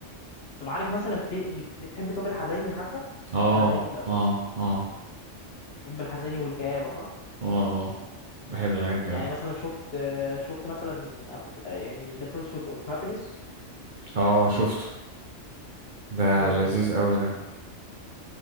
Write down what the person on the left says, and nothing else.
طب عارف مثلا في بت- بتحب طب الحزيني حتى
حزيني في الافلام
بتحب الحزيني والكآبة صح
يعني
مثلا شفت آه، شفت مثلا أف- آه، يعني The Pursuit of Happiness
امم